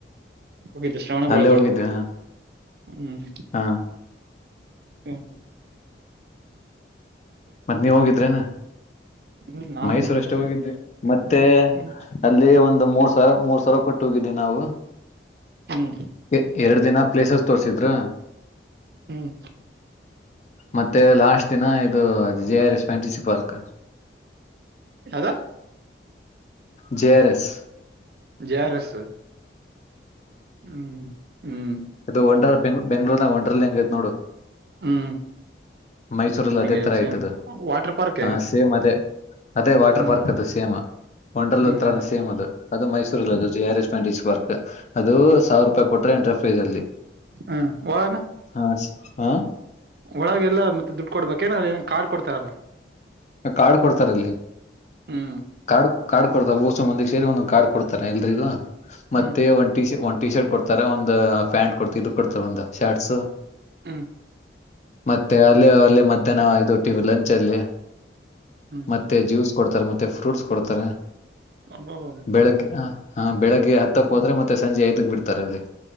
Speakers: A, on the right; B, on the left.
A: ಹೋಗಿದ್ದು ಶ್ರಾವಣ ಬಳ್ಗಳ್
B: ಅಲ್ಲೇ ಹೋಗಿದ್ವಿ ಹಾ
A: ಹ್ಮ್
B: ಹಾ
A: ಹಾ
B: ಮತ್ತೆ ನೀವು ಹೋಗಿದ್ರೇನಾ
A: ಹ್ಮ್ ನಾನು
B: ಮೈಸೂರಷ್ಟೇ
A: ಹೋಗಿದ್ದೆ
B: ಹೋಗಿದಿ ಮತ್ತೆ
A: ಹ್ಮ್
B: ಅಲ್ಲಿ ಒಂದ್. ಒಂದ್ ಮುವತ್ತ್ ಮೂರ್ ಸಾವಿರ ಮೂರ್ ಸಾವಿರ ಕೊಟ್ಟು ಹೋಗಿದ್ದೀವಿ ನಾವು.
A: ಹ್ಮ್
B: ಎ ಎರಡ್ ದಿನ ಪ್ಲೇಸಸ್ ತೋರ್ಸಿದ್ರು.
A: ಹ್ಮ್
B: ಮತ್ತೆ ಲಾಸ್ಟ್ ದಿನ ಇದು J R S fantasy park.
A: ಯಾವ್ದ
B: J R S
A: J R S ಹ್ಮ್ ಹ್ಮ್
B: ಅದು ಒಡರ್ ಬೆಂಗ್ ಬೆಂಗಳೂರ್ ನ ಒಂಡರ್ಲ್ಗ್ವಜ್ ನೋಡು.
A: ಹ್ಮ್
B: ಮೈಸೂರಲ್ಲಿ
A: ಹಂಗೆ
B: ಅದೇ ತರ ಆಯ್ತದ್
A: ಸೇಮ್ ವಾಟರ್ ಪಾರ್ಕ್
B: ಹ ಸೇಮ್ ಅದೇ ಅದೇ ವಾಟರ್
A: ಹ್ಮ್
B: ಪಾರ್ಕ್ ಅದು ಸೇಮ್ ಒಂಡ್ರಲ್
A: ಹ್ಮ್
B: ಹತ್ರಾನ ಸೇಮ್ ಅದು. ಅದು ಮೈಸೂರ್ಲ್ ಅದು J R S fantasy park ಅದು ಸಾವಿರ ರೂಪಾಯಿ ಕೊಟ್ರೆ ಎಂಟ್ರೆ. ಸ್ಫೇಜ ಅಲ್ಲಿ
A: ಹ್ಮ್ ಒಳಾಗ.
B: ಹಾ
A: ಒಳಗೆ ಎಲ್ಲಾ ಮತ್ತೆ ದುಡ್ಡು ಕೊಡ್ಬೇಕು ಏನ ಕಾರ್ಡ್ ಕೊಡ್ತಾರ್.
B: ಕಾರ್ಡ್ ಕೊಡ್ತಾರ ಅಲ್ಲಿ
A: ಹ್ಮ್
B: ಕಾರ್ಡ್ ಕಾರ್ಡ್ ಕೊಡ್ತಾರೆ ಊಸ ಮಂದಿಗೆ ಸೇರಿ ಒಂದೊಂದು ಕಾರ್ಡ್ ಕೊಡ್ತಾರ್. ಎಲ್ಲರಿಗೂ. ಮತ್ತೆ
A: ಹ್ಮ್
B: ಒಂಟಿ ಒಂಟ್ ಟಿ ಶರ್ಟ್ ಕೊಡ್ತಾರೆ ಒಂದು ಪ್ಯಾಂಟ್ ಕೊಡ್ತಾ ಇದು. ಕೊಡ್ತ ಒಂದು ಶಾಟ್ಸ್
A: ಹ್ಮ್
B: ಮತ್ತೆ ಅಲ್ಲಿ ಅಲ್ಲಿ ಮಧ್ಯಾಹ್ನ ಇದು ಲಂಚ್. ಜಲ ಅದಿ
A: ಹ್ಮ್
B: ಮತ್ತೆ ಜ್ಯೂಸ್ ಕೊಡ್ತಾರೆ ಮತ್ತೆ ಫ್ರೂಟ್ಸ್ ಕೊಡ್ತಾರೆ
A: ಅಬ್ಬಬ್ಬ
B: ಬೆಳಗ್ಗೆ ಹಾ ಬೆಳಗ್ಗೆ ಹತ್ತಕ್ಕೆ ಹೋದ್ರೆ ಮತ್ತೆ ಸಂಜೆ ಐದಕ್ ಬಿಡ್ತಾರೆ ಅಲ್ಲಿ.